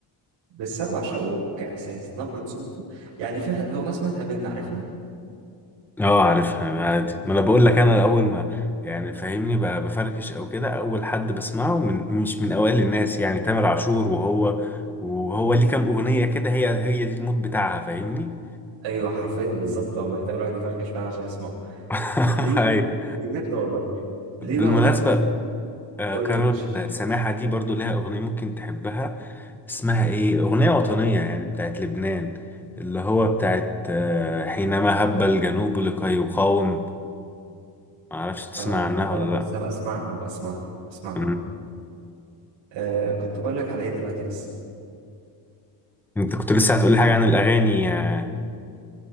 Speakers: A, on the right; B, in the centre.
A: بس أنا بعشقه كإحساس نبرة صوته يعني في ح- في أغنية اسمها تقابلنا عارفها؟
B: اه عارفها عادي ما انا بقول لك انا اول ما يعني فاهمني ب- بفركش او كده اول حد بسمعه من مش من اوائل الناس يعني تامر عاشور وهو وهو ليه كام اغنيه كده هي هي دي المود بتاعها فاهمني
A: ايوه حرفيا بالظبط هو محتاج الواحد يفركش فعلا عشان يسمعه
B: <laughs>
A: ليه
B: أيوة.
A: بقى؟ بجد والله ليه
B: بالمناسبه
A: بقى اغنيه تتقابل
B: آه،
A: قول
B: كارول
A: لي ماشي
B: سماحه دي برضو ليها اغنيه ممكن تحبها اسمها ايه اغنيه وطنيه يعني بتاعت لبنان اللي هو بتاعت آه، حينما هب الجنوب لكي يقاوم معرفش تسمع
A: اه
B: عنها
A: آه،
B: ولا
A: لسه هبقى اسمعها هبقى اسمعها اسمعها
B: لا
A: آه كنت بقول لك على ايه دلوقتي بس
B: انت كنت لسه هتقولي حاجة عن الأغاني آه،